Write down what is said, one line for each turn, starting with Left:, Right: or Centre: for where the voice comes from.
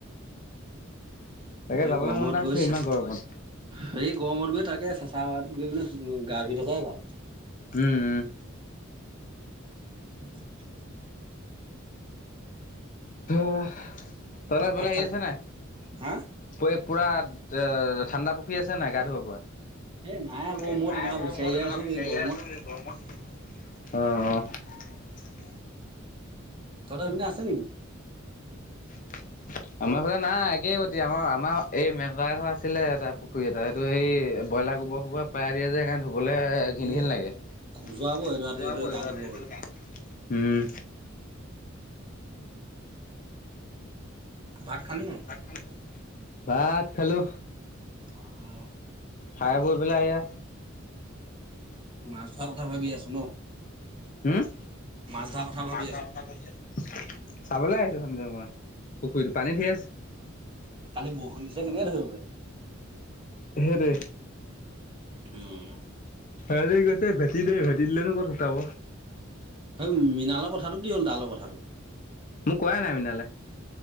Left: তাকে
Right: এই
Left: যাবলৈ
Right: গৰমত
Left: মন এটা আছে
Right: গৈ চা
Left: ইমান গৰমত
Right: হেৰি গৰমত গৈ তাকে চেচায়ত গৈ পিনে গা ধুই থকাই ভাল।
Left: উম, উম।
Right: <inaudible>
Left: অ তহঁতৰ ইফালে
Right: ভাত
Left: হেৰি
Right: খালি?
Left: আছে নে নাই
Right: হা?
Left: <unintelligible> পুৰা তে এ এ ঠাণ্ডা পুখুৰী আছে নাই গা ধুব পৰা?
Right: এ নাই আকৌ
Left: এই
Right: মই
Left: নাই
Right: তেনেকুৱা
Left: আক
Right: বিচাৰিয়ে
Left: মই তেনেকা
Right: আছো
Left: বিচাৰিহে
Right: এই গৰমত।
Left: আছো এই গৰমত। অঁ, অঁ।
Right: তহঁতৰ হেপিনে আছে নেকি?
Left: <inaudible> আমাৰ ফালে নাই একেই গতি। আমা আমা এই মেজা ঘৰ আছিলে এটা পুখুৰী এটা। সেটো সেই ব্ৰইলা তা গোব পেয়াই দিয়ে যে সেইকানে ধু বুলে ঘিন
Right: এই
Left: ঘিন লাগে।
Right: খজুৱাব
Left: <unintelligible>
Right: এইডৰা গা ধুব হ'লে।
Left: হুম।
Right: ভাত খালি নাই?
Left: ভাত খালা? ভাত খালো।
Right: অ, অ।
Left: খাই বৈ পেলাই হেয়া
Right: মাছ ধৰা কথা ভাবি আছো ন!
Left: হোম!
Right: মাছ ধৰা কথা ভাবি
Left: মাছ
Right: আছো।
Left: ধৰা কথা কৈছে। চাবলৈ আহিছো চোন যে মই পুখুৰীতো পানী ধেই আছে।
Right: কালি বৰষুণ দিছে কেনেকে ধৰিব পাৰিম?
Left: সেদে।
Right: উম!
Left: হেতি কৈছে ভেটি দে, ভেটি দিলেনো ক'ত শুকাব।
Right: সেই মৃণাল কথাটো কি হ'ল? ডাল কথাটো,
Left: মোক কোৱাই নাই মৃণালে।